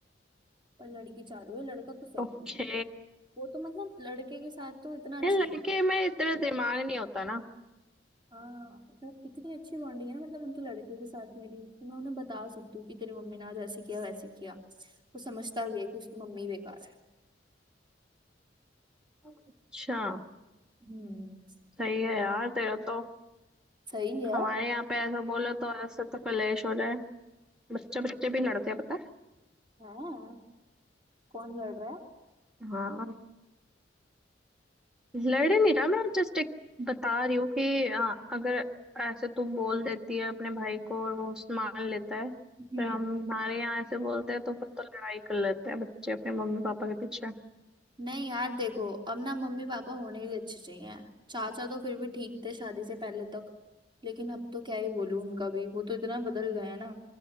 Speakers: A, on the right (about 25°); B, in the centre.
A: पर लड़की चालू है लड़का तो सही
B: ओके
A: है वो तो मतलब लड़के के साथ तो इतना अच्छी
B: ये लड़के में इतना दिमाग नहीं होता ना
A: हाँ मतलब इतनी अच्छी बॉन्डिंग है ना मतलब उनके लड़के के साथ मेरी कि मैं उन्हें बता सकती हूँ कि तेरी मम्मी ने आज ऐसे किया वैसे किया वो समझता भी है कि उसकी मम्मी बेकार है
B: अच्छा
A: हम्म
B: सही है यार तेरा तो
A: सही है
B: हमारे यहाँ पे ऐसा बोलो तो ऐसे तो कलेश हो जाए बच्चे बच्चे भी लड़ते हैं पता
A: हाँ कौन लड़ रहा है
B: है हाँ लड़ नहीं रहा मैं जस्ट एक बता रही हूँ कि आ, अगर ऐसे तू बोल देती है अपने भाई को और वो उस- मान लेता है
A: हम्म
B: पर हम हमारे यहाँ ऐसे बोलते हैं तो फिर तो लड़ाई कर लेते हैं बच्चे अपने मम्मी पापा के पीछे
A: नहीं यार देखो अब ना मम्मी पापा होने भी अच्छे चाहिए चाचा तो फिर भी ठीक थे शादी से पहले तक लेकिन अब तो क्या ही बोलूं उनका भी वो तो इतना बदल गए हैं ना